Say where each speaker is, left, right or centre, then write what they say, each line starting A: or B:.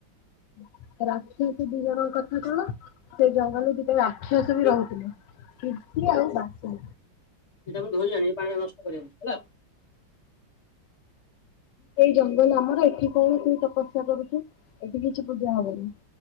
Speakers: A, on the left; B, on the left.
A: ଆଉ ରାକ୍ଷାସି ଦି ଜଣଙ୍କ କଥା କଣ ସେ ଜଙ୍ଗଲ ରୁ ଦି ସେ ରାକ୍ଷସ
B: ଆଜ୍ଞା।
A: ବି ରହୁଥିଲେ କୀର୍ତ୍ତି ଆଉ ବାସି।
B: ସେଇଟା ମୁ ଧୋଇଆଣି ପାଣି ଟା ନଷ୍ଟ କରିବାନି ହେଲା।
A: ଏଇ ଜଙ୍ଗଲ ଆମର ଏଠି କଣ ତୁ ତପସ୍ୟା କରୁଚୁ? ଏଠି କିଛି ପୂଜା ହବନି